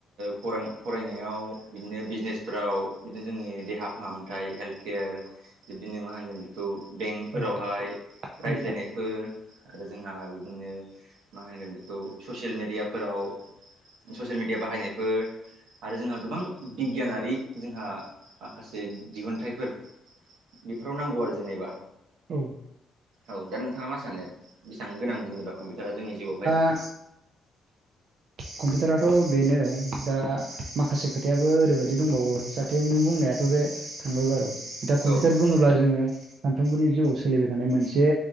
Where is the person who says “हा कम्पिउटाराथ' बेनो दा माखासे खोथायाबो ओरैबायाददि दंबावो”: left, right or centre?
Right